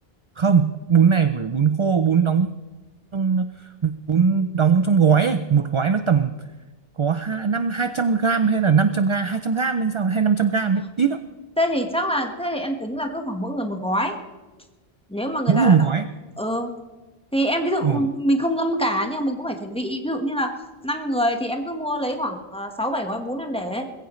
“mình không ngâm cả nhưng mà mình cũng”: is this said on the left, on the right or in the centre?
Centre